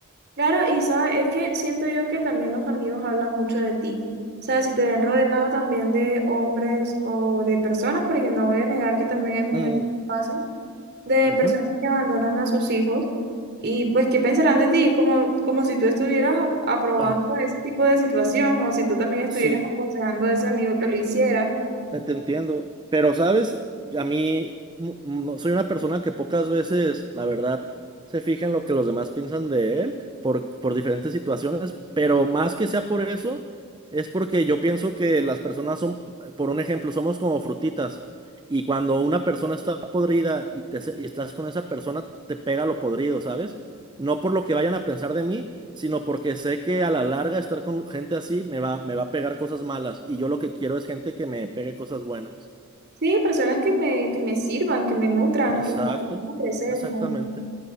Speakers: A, on the right; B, on the right.
A: Claro, y sabes, es que siento yo que también los amigos hablan mucho de ti. O sea, si te ven rodeado también de hombres o de personas, porque no voy a negar que también hay mujeres
B: Mm,
A: que lo hacen, de
B: ujú.
A: personas que abandonan a sus hijos, y pues, ¿qué pensarán de ti? Es como, como si tú estuvieras ap- aprobando
B: Ah,
A: ese tipo de situación, o si tú también estuvieras
B: sí.
A: aconsejando a ese amigo que lo hiciera.
B: Ya te entiendo. Pero, ¿sabes? A mí mm, no, soy una persona que pocas veces, la verdad, se fija en lo que los demás piensan de él por, por diferentes situaciones, pero más que sea por eso, es porque yo pienso que las personas son, eh, por un ejemplo, somos como frutitas y cuando una persona está podrida y, te, se- y estás con esa persona, te pega lo podrido, ¿sabes? No por lo que vayan a pensar de mí, sino porque sé que a la larga estar con gente así me va, me va a pegar cosas malas y yo lo que quiero es gente que me pegue cosas buenas.
A: Sí, personas que me, que me sirvan, que me nutran,
B: Exacto,
A: que me ayuden a crecer,
B: exactamente.
A: ¿no?